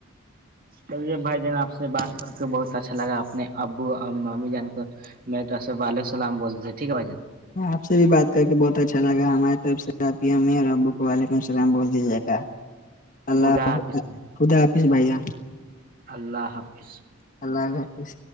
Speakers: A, on the right; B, on the left.
A: چلیے بھائی جان آپ سے سے بات کر کے بہت اچھا لگا اپنے ابو ممی جان تو میںب عل سلام بولتے تھےٹھیک ہے بھائی جان
B: آپ سے بھی بات کر کے بہت اچھا لگا ہماری طرف سے آپ ا اور ابو کو وعلیکم السلام بول دی ج گا اللہ
A: خدا حافاس
B: خدا حافظ بھائی جان
A: اللہ حافاس
B: اللہ حافظ